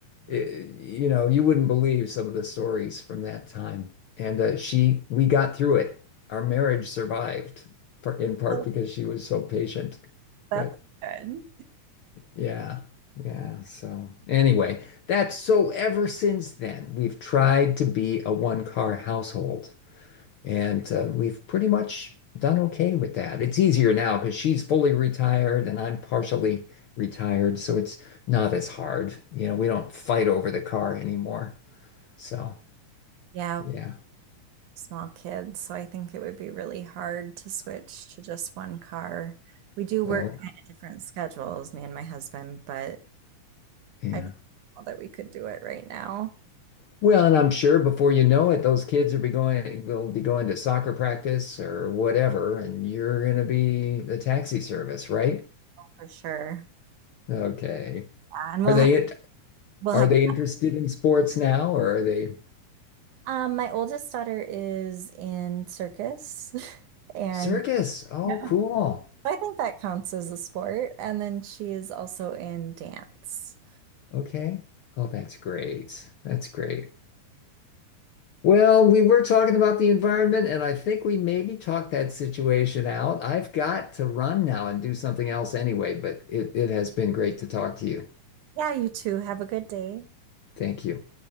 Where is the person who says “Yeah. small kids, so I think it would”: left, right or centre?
Right